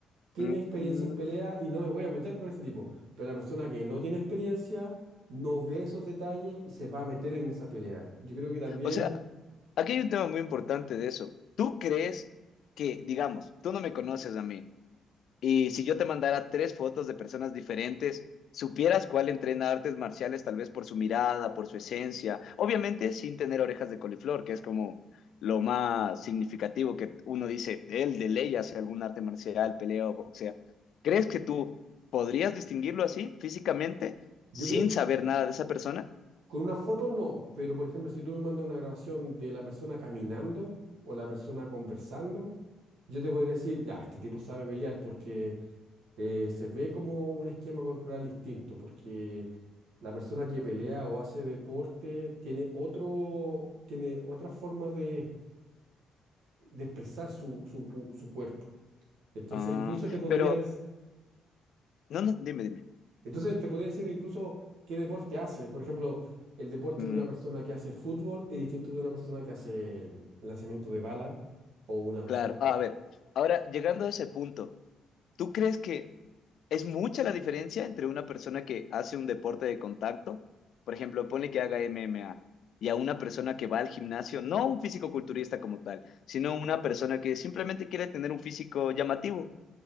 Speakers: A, on the right; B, on the left.
A: tiene
B: Mm.
A: experiencia en pelea y no me voy a meter con ese tipo. Pero la persona que no tiene experiencia no ve esos detalles y se va a meter en esa pelea. Yo creo que también,
B: O sea, aquí hay un tema muy importante de eso. ¿Tú crees que, digamos, tú no me conoces a mí? Y si yo te mandara tres fotos de personas diferentes, supieras cuál entrena artes marciales, tal vez por su mirada, por su esencia, obviamente sin tener orejas de coliflor, que es como lo más significativo que uno dice, él de ley hace algún arte marcial, pelea o boxea. ¿Crees que tú podrías distinguirlo así, físicamente,
A: yo
B: sin
A: creo,
B: saber nada de esa persona?
A: Con una foto no, pero por ejemplo, si tú me mandas una grabación de la persona caminando o la persona conversando, yo te podría decir, ya, este tipo sabe pelear porque eh, se ve como un esquema corporal distinto, porque la persona que pelea o hace deporte tiene otro, tiene otra forma de, de expresar su, su, cu- su cuerpo. Entonces,
B: Ah,
A: incluso te podría
B: pero,
A: decir...
B: no, no, dime, dime.
A: Entonces te podría decir incluso qué deporte hace. Por ejemplo, el deporte
B: Mm,
A: de una persona que hace fútbol es distinto de una persona que hace lanzamiento de bala o una persona
B: claro,
A: que...
B: a ver, ahora llegando a ese punto, ¿tú crees que Es mucha la diferencia entre una persona que hace un deporte de contacto, por ejemplo, pone que haga MMA, y a una persona que va al gimnasio, no un físico-culturista como tal, sino una persona que simplemente quiere tener un físico llamativo.